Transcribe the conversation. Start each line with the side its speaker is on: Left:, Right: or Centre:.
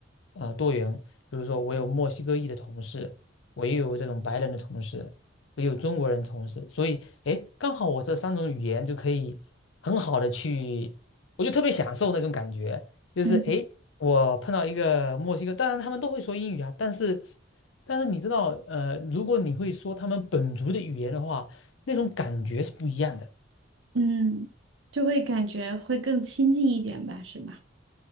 Left: 呃多元。比如说我有墨西哥裔的同事，我也有这种白人的同事，我也有中国人同事，所以诶，刚好我这三种语言就可以很好的去，我就特别享受那种感觉，就是诶，
Right: 嗯
Left: 我碰到一个墨西哥，当然他们都会说英语啊，但是但是你知道，呃，如果你会说他们本族的语言的话，那种感觉是不一样的。
Right: 嗯，就会感觉会更亲近一点吧，是吧？